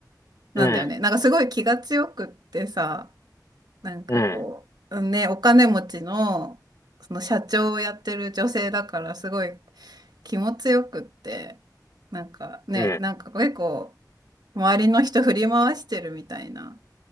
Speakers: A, on the right; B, on the left.
A: なんだよね。
B: うん、
A: なんかすごい気が強くってさ、なんかこう、
B: うん、
A: ね、お金持ちの、その社長をやってる女性だからすごい気も強くって、なんかね、
B: うん、
A: なんか結構周りの人振り回してるみたいな。